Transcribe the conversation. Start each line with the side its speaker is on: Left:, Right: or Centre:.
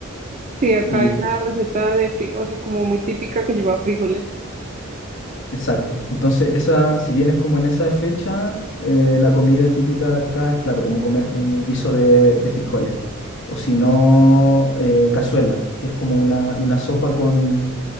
Right: Sí, acá
Left: Y
Right: hay una receta de fri o sea, como muy típica que lleva frijoles.
Left: exacto. Entonces, esa, si vienes como en esa fecha, eh, la comida típica de acá es, claro, como comer un guiso de, de frijoles. O si no, eh, cazuela, que es como una, una sopa con,